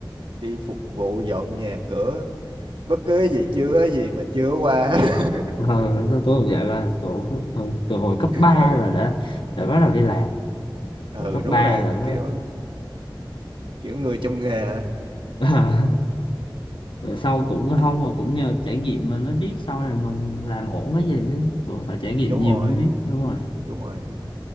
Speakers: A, on the right (about 85°); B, on the left (about 85°).
A: đi phục vụ dọn nhà cửa bất cứ cái gì chưa có gì mà chưa qua <laughs>
B: ờ, tôi tôi cũng vậy là cổ hồi- từ hồi cấp ba
A: ừ
B: là đã đã bắt đầu đi làm
A: ừ
B: từ cấp
A: đúng
B: 3
A: là
B: là nó
A: kiểu kiểu người trong nghề
B: <laughs> rồi sau cũng không mà cũng nhờ trải nghiệm mình mới biết sau này mình làm ổn cái gì chứ cũng phải trải nghiệm
A: đúng
B: nhiều
A: rồi
B: mới biết đúng rồi
A: đúng rồi đúng rồi